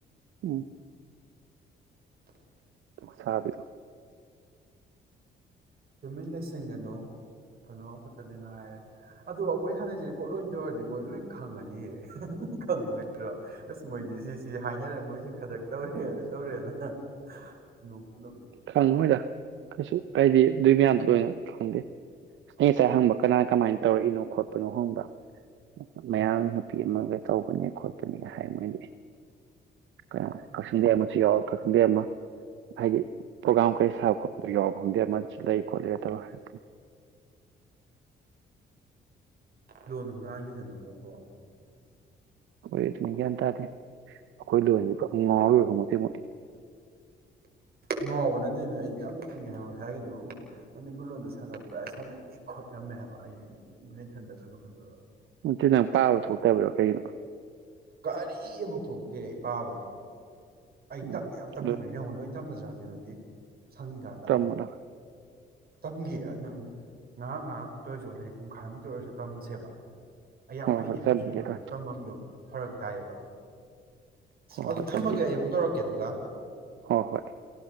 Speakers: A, on the right; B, on the right.
A: ꯎꯝ ꯁꯥꯕꯤꯔꯣꯑꯣ
B: ꯇꯨꯃꯤꯟ ꯂꯩꯁꯟꯒꯅꯣ ꯀꯩꯅꯣ ꯑꯃꯈꯛꯇ ꯉꯥꯏꯔꯦ ꯑꯗꯣ ꯑꯩꯈꯣꯏ ꯁꯥꯟꯅꯩꯁꯤꯗꯤ ꯀꯣꯠ ꯂꯣꯏ ꯇꯧꯔꯗꯤ ꯃꯣꯏ ꯂꯣꯏ ꯈꯪꯉꯅꯤ ꯌꯦꯑꯌꯦ ꯈꯪꯉꯣꯏꯗ꯭ꯔꯣ ꯑꯁ ꯃꯣꯏꯗꯤ ꯁꯤꯁꯤ ꯍꯥꯏꯅꯔꯦ ꯃꯣꯏꯁꯤ ꯈꯖꯛ ꯇꯧꯔꯦ ꯑꯗꯨ ꯇꯧꯔꯦꯅ ꯅꯣꯛꯄꯨ ꯅꯣꯛꯅꯤꯡꯉꯤꯗꯩꯗꯤ
A: ꯈꯪꯉꯣꯏꯗ ꯀꯩꯁꯨ ꯀꯗꯤ ꯑꯗꯨꯏ ꯃꯌꯥꯝꯗꯣ ꯂꯣꯏꯅ ꯈꯪꯗꯦ ꯑꯩ ꯉꯁꯥꯏ ꯍꯪꯕ ꯀꯅꯥ ꯀꯃꯥꯏꯅ ꯇꯧꯔꯛꯏꯅꯣ ꯈꯣꯠꯄꯅꯣ ꯍꯪꯕ ꯃꯌꯥꯡ
B: ꯎꯝ
A: ꯅꯨꯄꯤ ꯑꯃꯒ ꯇꯧꯕꯅꯦ ꯈꯣꯠꯄꯅꯦ ꯍꯥꯏ ꯃꯣꯏꯗꯤ <unintelligible>
B: ꯎꯝ
A: ꯌꯥꯎ ꯀꯛꯆꯤꯡꯗꯩ ꯑꯃ ꯍꯥꯏꯗꯤ ꯄ꯭ꯔꯣꯒꯥꯝ ꯀꯔꯤ ꯁꯥꯕ ꯈꯣꯠꯄꯗ ꯌꯥꯎꯕ ꯈꯪꯗꯦ ꯑꯃ ꯂꯩ ꯈꯣꯠꯂꯦ ꯇꯧ ꯍꯥꯏ
B: ꯂꯣꯟꯅ ꯍꯨ ꯍꯨꯔꯥꯟꯒꯤꯗꯅ ꯑꯃꯨꯛꯀꯣ
A: ꯍꯣꯏ ꯑꯗꯨꯅꯦ ꯒ꯭ꯌꯥꯟ ꯇꯥꯗꯦ ꯑꯩꯈꯣꯏ ꯂꯣꯟꯁꯤ ꯉꯥꯎꯔꯤꯕ ꯈꯪꯄꯣꯠꯇꯦ ꯃꯣꯏ
B: ꯉꯥꯎꯕ ꯅꯠꯇꯦꯃꯤ ꯑꯩ ꯌꯥꯝ ꯅꯣꯛꯅꯤꯡꯉꯦ ꯍꯥꯏꯕ ꯉꯁꯥꯏꯒꯤꯗꯣ ꯃꯅꯤꯄꯨꯔ ꯂꯣꯟꯗ ꯁꯥꯟꯅ ꯕ꯭ꯔꯥ ꯁꯥꯟꯅꯗꯦ ꯈꯣꯠ ꯉꯝꯃꯦ ꯍꯥꯏꯕ ꯑꯩ ꯑꯩꯊꯟꯗ ꯈꯜꯂꯨ ꯈꯜꯂꯨꯔꯒ
A: ꯅꯠꯇꯦ ꯅꯪ ꯄꯥꯕ ꯊꯣꯛꯇꯕꯩꯔꯣ ꯀꯩꯒꯤꯅꯣ
B: ꯀꯔꯤ ꯑꯃꯨꯛ ꯊꯣꯛꯇꯦ ꯏꯄꯥꯕꯗꯤ ꯑꯩ
A: ꯎꯝ
B: ꯇꯝꯗꯦ ꯌꯥꯝ ꯇꯝꯅꯤꯡꯕꯅꯤ
A: ꯑꯗꯨ
B: ꯅꯪꯉꯣꯟꯗ ꯍꯧꯖꯤꯛ ꯇꯝꯃꯤꯁꯤꯅꯤ <unintelligible> ꯁꯪꯉꯤꯀꯥꯟꯗ
A: ꯇꯝꯃꯨ ꯂꯥꯎ
B: ꯇꯝꯒꯦ ꯅꯪ ꯉꯍꯥꯛ ꯉꯍꯥꯛ ꯗꯣꯏꯁꯨ ꯍꯥꯏꯗꯤ ꯄꯨꯡꯈꯥꯏ ꯃꯨꯛꯇ ꯑꯣꯏꯔꯁꯨ ꯍꯥꯏꯗꯤ ꯇꯝꯁꯦꯕ ꯑꯩ ꯌꯥꯝ
A: ꯍꯣꯏ
B: ꯍꯩꯗꯤ
A: ꯍꯣꯏ
B: ꯍꯩꯅꯤꯡꯉꯦꯕ
A: ꯆꯟꯕꯤꯒꯗ꯭ꯔꯥ
B: ꯑꯗꯨ ꯇꯝꯐꯝꯗꯨ ꯐꯔꯛ ꯇꯥꯏꯌꯦꯕ
A: ꯍꯣꯏ
B: ꯑꯗꯨ
A: ꯍꯣꯏ
B: ꯊꯝꯃꯒꯦ
A: ꯆꯟꯕꯤꯒꯗ꯭ꯔꯥ
B: ꯑꯩ ꯑꯃꯨꯛ ꯇꯧꯔꯛꯀꯦ ꯑꯗꯨꯒ
A: ꯍꯣꯏ ꯍꯣꯏ